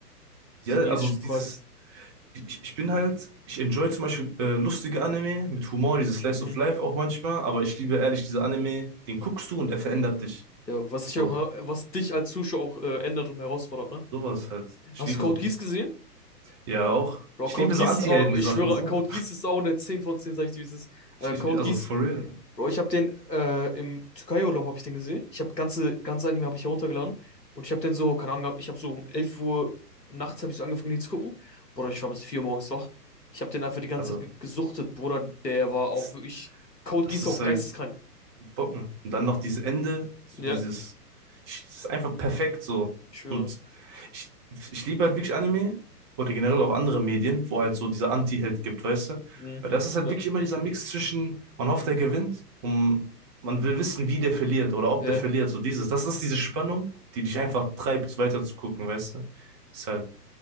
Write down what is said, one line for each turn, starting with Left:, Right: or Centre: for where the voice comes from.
Left: also
Right: Ja,
Left: die
Right: also
Left: ethischen Fragen.
Right: dieses, ich, ich bin halt, ich enjoy zum Beispiel äh, lustige Anime mit Humor, dieses Slice
Left: Mhm.
Right: of Life auch manchmal, aber ich liebe ehrlich diese Anime, den guckst du und der verändert dich.
Left: Ja, was
Right: So,
Left: sich auch, was dich als Zuschauer auch äh, ändert und herausfordert, ne?
Right: sowas halt. Ich
Left: Hast
Right: liebe
Left: du Code
Right: sowas.
Left: Geass gesehen?
Right: Ja, auch.
Left: Bro,
Right: Ich
Left: Code
Right: liebe
Left: Geass,
Right: so Anti-Helden-Sachen
Left: ist au- ich schwöre,
Right: so.
Left: Code Geass ist auch eine 10 von 10, sag ich dir, wie es ist.
Right: Ich,
Left: Äh, Code
Right: ich, also
Left: Geass
Right: for real.
Left: Bro, ich habe den äh, im Türkei-Urlaub habe ich den gesehen. Ich habe ganze ganze Anime habe ich heruntergeladen und ich habe den so, keine Ahnung, ich habe so um 11 Uhr nachts habe ich so angefangen den zu gucken. Bruder, ich war bis 4 Uhr morgens wach. Ich habe den einfach die ganze
Right: Also,
Left: Zeit ge gesuchtet, Bruder, der war auch
Right: das,
Left: wirklich Code
Right: das
Left: Geass
Right: ist
Left: auch geisteskrank.
Right: halt. Bocken. Und dann noch dieses Ende, so
Left: Ja,
Right: dieses, ich, das ist einfach perfekt so.
Left: ich schwöre.
Right: Und ich, ich liebe halt wirklich Anime oder generell auch andere Medien, wo halt so dieser Anti-Held gibt, weißt du?
Left: Mhm.
Right: Weil das ist halt
Left: Ja.
Right: wirklich immer dieser Mix zwischen, man hofft, er gewinnt und man will wissen, wie der verliert oder ob
Left: Ja.
Right: der verliert. So dieses, das ist diese Spannung, die dich einfach treibt, weiter zu gucken, weißt du? Deshalb,